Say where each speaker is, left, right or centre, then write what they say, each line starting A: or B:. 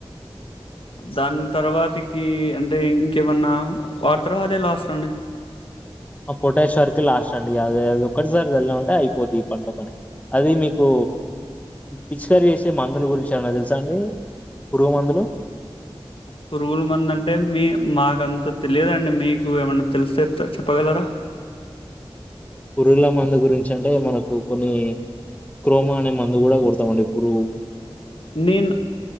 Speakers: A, on the left; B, on the left.
A: దాని తర్వాతికి అంటే ఇంకేమన్నా వాడుతరా అదే లాస్ట్ అండి
B: ఆ పొటాష్ వరకు లాస్ట్ అండి అదేది ఒక్కటి సాల్ నెల ఉంటే అయిపోద్ది. పంటపని అది మీకు పిచ్చికరీ చేసే మందులు గురించి ఏమనా తెలుసా అండి పురుగు మందులు
A: పురుగుల మంది అంటే మీ మాక అంత తెలియదండి మీకు ఏమైన్నా తెలిస్తే తే చెప్పగలర
B: పురుగుల మందు గురించి అంటే మనకు కొన్ని క్రోమో అనే మందు కూడా కొడతామండి పురు
A: నేను